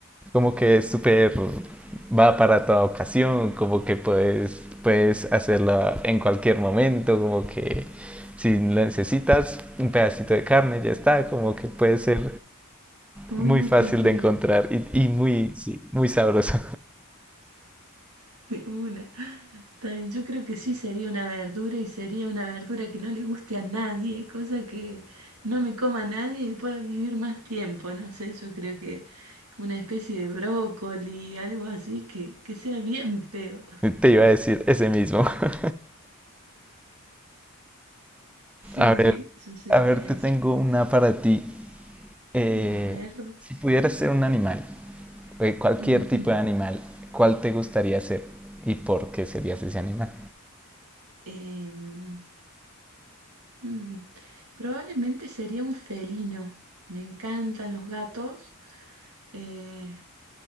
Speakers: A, in the centre; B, on the right (about 75°).
A: como que es súper, va para toda ocasión, como que puedes, puedes hacerla en cualquier momento, como que si necesitas un pedacito de carne, ya está, como que puede ser
B: Muy
A: muy
B: nutritivo.
A: fácil de encontrar y, y muy, sí, muy sabroso.
B: <laughs> De una. Está bien, yo creo que sí sería una verdura y sería una verdura que no le guste a nadie, cosa que no me coma nadie y pueda vivir más tiempo. No sé, yo creo que una especie de brócoli, algo así que, que sea bien feo.
A: <laughs> Te iba a decir ese mismo. <laughs>
B: Sí,
A: A
B: sí,
A: ver,
B: eso sería
A: a ver,
B: eso.
A: te tengo una para ti. Eh,
B: A ver.
A: si pudieras ser un animal, eh, cualquier
B: ujú,
A: tipo de animal, ¿cuál te gustaría ser y por qué serías ese animal?
B: em, mm, probablemente sería un felino. Me encantan los gatos. eh,